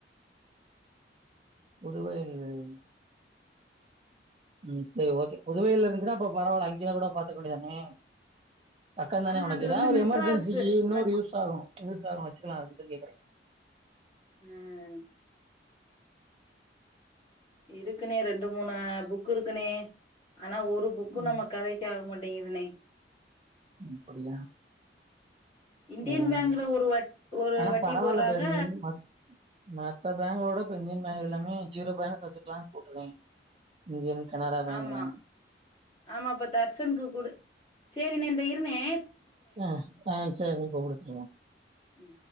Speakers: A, on the right; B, on the left.
A: புதுவையில் இல்லைங்கண்ண ம் செரி ஓகே புதுவையில இருந்ச்சுன்னா அப்ப பரவால அங்கயே கூட பாத்துக்க வேண்டியதுதானே பக்கந்
B: ஆனா
A: தானே உனக்கு
B: அது
A: எதாவது
B: வந்து மெட்ராஸு
A: எமர்ஜென்சிக்கு இன்னொரு
B: மெட்
A: யூஸ் ஆகு வெச்சுக்கலாங் வெச்சுக்கலாங் அதுக்குதான் கேக்குறே
B: ம் இருக்குணே ரெண்டு மூணு புக் இருக்குணே ஆனா ஒரு புக்கு
A: ம்,
B: நம்ம கதைக்கு ஆக மாட் டேங்குதுணே
A: அப்படியா
B: இண்டியன்
A: அதனால ஒன்னுல்ல
B: பேங்க்ல ஒரு வட் ஒரு
A: ஆனா
B: வட்டி
A: பரவால
B: போடுறாங்க.
A: <unintelligible> மத்த பேங்க விட இப்ப இந்தியன் பேங்க் எல்லாமே ஜீரோ பேலன்ஸ் வெச்சுக்கலானு போட்டுருக்காங்ய் இந்தியன் கனரா பேங்க்
B: ஆமா
A: எல்லாமே
B: ஆமா இப்ப தர்சனுக்கு கூட சேரி ணே இந்தா இருணே
A: ஆ ஆ சேரி நீங்க கூப்பிடுங்க திரும்ப
B: ம்.